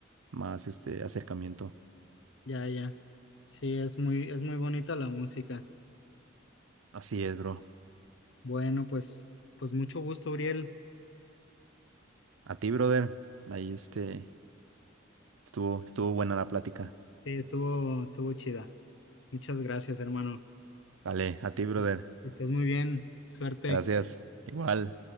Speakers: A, on the right; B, on the left.
A: más este acercamiento.
B: ya, ya. Sí, es muy, es muy bonita la música.
A: Así es, bro.
B: Bueno, pues, pues mucho gusto, Uriel.
A: A ti, brother. Ahí este, estuvo, estuvo buena la plática.
B: Sí, estuvo, estuvo chida. Muchas gracias, hermano.
A: Vale, a ti, brother.
B: Est- Estás muy bien. Suerte.
A: Gracias. Igual.